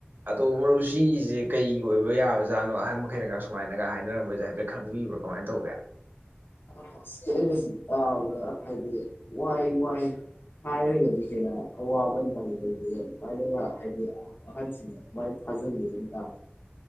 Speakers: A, on the right (about 50°); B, on the left (about 60°).
A: ꯑꯗꯣ ꯃꯔꯨ ꯁꯤꯁꯦ ꯀꯩꯒꯤ ꯑꯣꯏꯕ ꯌꯥꯕꯖꯥꯠꯅꯣ ꯑꯍꯟ ꯃꯈꯩꯅꯒ ꯁꯨꯃꯥꯏꯅꯒ ꯍꯥꯏꯅꯔꯝꯕꯁꯦ ꯍꯥꯏꯐꯦꯠ ꯈꯪꯕꯤꯕ꯭ꯔꯣ ꯀꯃꯥꯏꯅ ꯇꯧꯒꯦ
B: ꯑ ꯁꯤ ꯑꯩꯅꯁꯨ ꯇꯥꯎꯅ ꯍꯥꯏꯗꯤ ꯋꯥꯏ ꯋꯥꯏ ꯍꯥꯏꯔꯒꯗꯤ ꯍꯦꯟꯅ ꯑꯋꯥꯕ ꯅꯪ ꯂꯩꯦ ꯑꯗꯨꯃꯥꯏꯅꯒ ꯍꯥꯏꯗꯤ ꯑꯍꯟꯁꯤꯡꯅ ꯑꯗꯨꯃꯥꯏꯅ ꯐꯥꯖꯤꯟꯒꯅ ꯇ